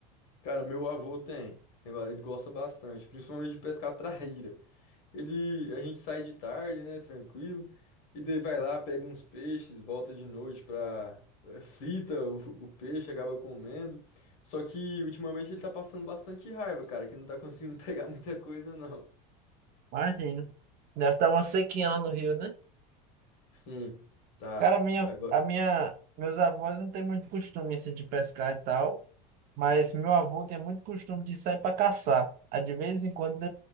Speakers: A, on the left; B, on the right.
A: Cara, meu avô tem, tem, ba- ele gosta bastante, principalmente de pescar traíra. Ele, a gente sai de tarde, né, tranquilo, e daí vai lá, pega uns peixes, volta de noite pra, eh, frita o, o peixe, acaba comendo. Só que ultimamente ele tá passando bastante raiva, cara, que não tá conseguindo <laughs> pegar muita coisa, não.
B: Imagino. Deve estar uma sequinha lá no rio, né?
A: Sim, tá.
B: Cara, a minha,
A: Agora,
B: a minha, meus avós não têm muito costume, assim, de pescar e tal, mas meu avô tem muito costume de sair para caçar. Aí, de vez em quando,